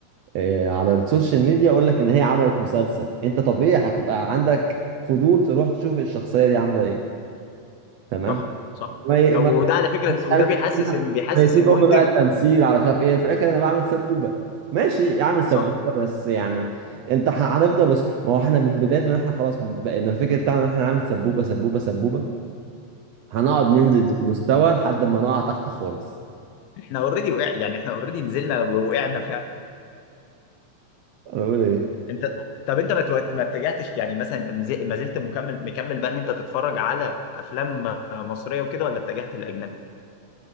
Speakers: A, on the right (about 80°); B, on the left (about 85°).
A: آه، على السوشيال ميديا اقول لك ان هي عملت مسلسل انت طبيعي هتبقى عندك فضول تروح تشوف الشخصيه دي عامله ايه تمام
B: صح صح
A: ما ي...
B: طب
A: ما
B: وده على فكره
A: مش
B: وده
A: عارف
B: بيحسس إن- بيحسس
A: ميتين
B: المنتج
A: ام بقى التمثيل على مش عارف ايه في الاخر انا بعمل سبوبه ماشي اعمل سبوبه
B: صح
A: بس يعني انت ح- هنفضل بص ما هو احنا من بدايه ما احنا خلاص بقينا الفكر بتاعنا ان احنا نعمل سبوبه سبوبه سبوبه هنقعد ننزل
B: صح
A: بالمستوى لحد ما نقع تحت خالص
B: احنا اوريدي وقع يعني احنا اوريدي نزلنا وقعنا فعلا
A: انا بقول ايه
B: انت طب انت ما تو- ما اتجهتش يعني مثلا انت مز- ما زلت مكمل مكمل بقى ان انت تتفرج على افلام مصريه وكده ولا اتجهت للاجنبي؟